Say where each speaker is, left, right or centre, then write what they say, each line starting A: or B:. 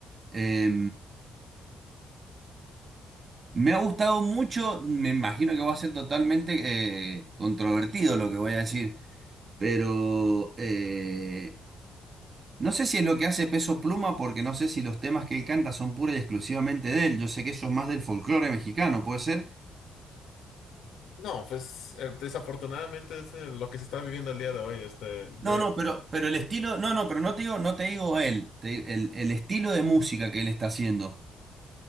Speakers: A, on the right; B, on the left.
A: Eh, Me ha gustado mucho, me imagino que va a ser totalmente eh, controvertido lo que voy a decir, pero eh, no sé si es lo que hace Peso Pluma, porque no sé si los temas que él canta son pura y exclusivamente de él. Yo sé que eso es más del folclore mexicano, ¿puede ser?
B: No, pues eh, desafortunadamente es eh, lo que se está viviendo el día de hoy, este, de-
A: No, no, pero, pero el estilo, no, no, pero no te digo, no te digo él, te- el, el estilo de música que él está haciendo,